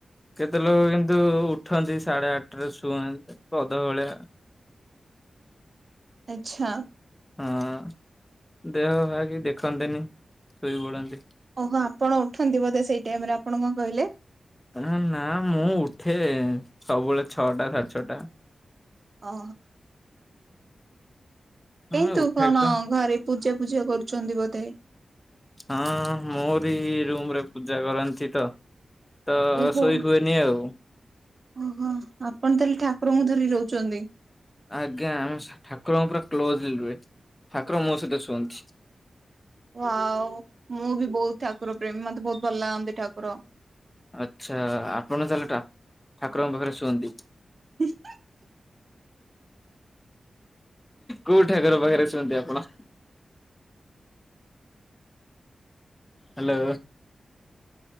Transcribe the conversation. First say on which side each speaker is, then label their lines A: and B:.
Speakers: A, on the left (about 15°); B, on the right (about 55°).
A: କେତେ ଲୋକ କେ ନ୍ତୁ ଉଠନ୍ତି ସାଢେ ଆଠଟରେ ଶୁଅନ୍ତି ଗଧ ଭଳିଆ।
B: ଆଛା।
A: ହଁ ଦେହ ପାଆ କିଛି ଦେଖନ୍ତନି ଶୋଇ ପଡନ୍ତି।
B: ଓହୋ ଆପଣ ଉଠନ୍ତି ବୋଧେ ସେଇ ଟାଇମ ରେ, ଆପଣ କଣ କହିଲେ?
A: ଆ ନା ମୁଁ ଉଠେ, ସବୁବେଳେ ଛଅଟା ସାଢେ ଛଅଟା।
B: ଅହ।
A: ହଁ
B: କାହିଁ ତୁ
A: ଉଠେ
B: କଣ
A: ତ
B: ଘରେ ପୂଜା ପୂଜି କରୁଛନ୍ତି ବୋଧେ?
A: ହଁ ମୋରି ରୁମ ରେ ପୂଜା କରନ୍ତି ତ। ତ
B: ଓହୋ
A: ସୋଇ ହୁଏନି ଆଉ।
B: ଓହୋ ଆପଣ ତାହେଲେ ଠାକୁରଙ୍କୁ ଧରି ରହୁଛନ୍ତି।
A: ଆଜ୍ଞା ଆମେ ସା ଠାକୁରଙ୍କ ପୁରା କ୍ଲୋଜ ରୁହେ। ଠାକୁର ମୋ ସହିତ ଶୁଅନ୍ତି।
B: ୱାଓ ମୁଁ ବି ବୋହୁତ ଠାକୁର ପ୍ରେମୀ ମତେ ବୋହୁତ ଭଲ ଲାଗନ୍ତି ଠାକୁର।
A: ଆଚ୍ଛା ଆପଣ ତାହେଲେ ଠା-ଠାକୁରଙ୍କ ପାଖରେ ଶୁଅନ୍ତି।
B: <unintelligible>
A: କୋଉ ଠାକୁର ପାଖରେ ଶୁଅନ୍ତି ଆପଣ? ହାଲୋ।